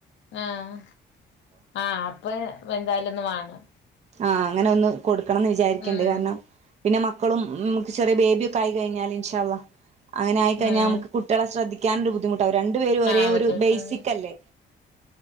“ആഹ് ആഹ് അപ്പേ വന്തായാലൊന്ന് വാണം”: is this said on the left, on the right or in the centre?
Left